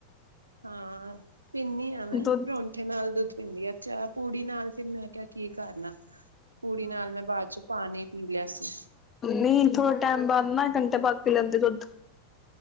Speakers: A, on the right; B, on the left.
A: ਹਾਂ ਪੀਨੀ ਆ ਮੈਂ
B: ਦੁੱਧ
A: ਪਰੋਂਂਠੇ ਨਾਲ ਦੁੱਧ ਪੀਨੀ ਆ ਚਾਹ ਪੂੜੀ ਨਾਲ ਤੇ ਮੈਂ ਕਿਹਾ ਕੀ ਕਰਨਾ ਪੂੜੀ ਨਾਲ ਮੈਂ ਬਾਅ ਚ ਪਾਣੀ ਪੀ ਲਿਆ ਸੀ।
B: ਨ‌ਈ ਥੋੜਾ ਟੈਮ ਬਾਅਦ ਨਾ ਘੰਟੇ ਬਾਅਦ ਪੀ ਲੈਂਦੇ ਦੁੱਧ।